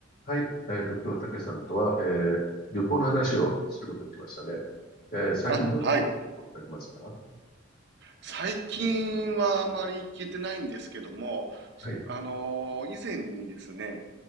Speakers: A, on the left; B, on the right.
A: はい。えっと、今日はたけさんとは、えー旅行の話をすることにしましたね。えー最近どんなところに行かれてますか
B: あ、はい。最近はあまり行けてないんですけども、
A: はい。
B: あのー以前にですね、